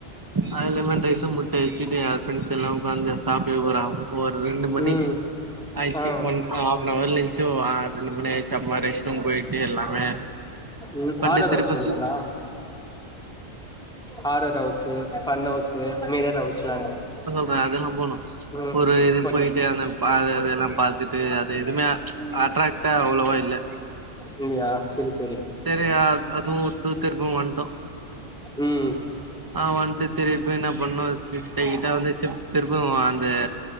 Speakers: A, on the right; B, in the centre.
A: ஆ லெமன் ரைஸு முட்ட வச்சுட்டு அ ஃப்ரெண்ட்ஸ் எல்லா உக்காந்து சாப்ட்டு ஒரு ஒரு ரெண்டு மணி
B: ம்
A: ஆயிச்சு
B: ஆ
A: ஒன் ஆஃப் அன்வர்ல எந்துச்சி ரெண்டு மணி ஆயிச்சு அப்றமாட்டு ரெஷ்ட்ரூம் போயிட்டு எல்லாமே
B: ம்
A: பண்டித்திருப்ப
B: ஹாரர் ஹவுஸ் போனீங்களா horror house fun house mirror ஹவுஸ்ஸுல்லா இருக்குங்க
A: அ அதெல்லாம் போணோம்
B: ம்
A: ஒரு இது
B: போனீங்
A: போயிட்டு அந்த அது அது எல்லாம் பாத்துட்டு அத எதுமே
B: ம்
A: அட்ராக்டா அவ்வளவா இல்ல
B: இல்லையா சரி சரி
A: சரியா அதுவும் டு திரும்பவும் வந்துட்டோம்
B: உம்
A: ஆ வந்துட்டு திருப்பி என்ன பண்ணோ கிருஷ்ட கிட்ட வந்து ச திருப்பும் அந்த